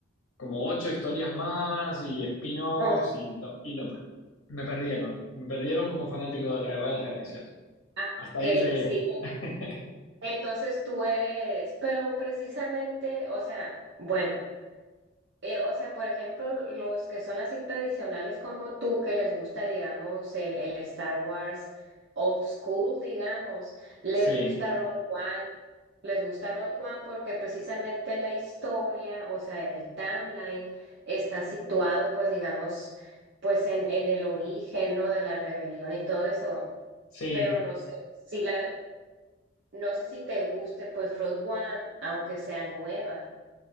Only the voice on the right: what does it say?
mm,
ah,
ok,
sí.
Entonces tú eres, pero precisamente, o sea, bueno. Eh, o sea, por ejemplo, los que son así tradicionales como tú, que les gusta, digamos, el, el Star Wars old school, digamos, les
gusta Road One, les gusta Road One porque precisamente la historia, o sea, el timeline está situado, pues, digamos, pues en, en el origen, ¿no? De la rebelión y todo eso,
pero no sé si la, no sé si te guste, pues, Road One, aunque sea nueva.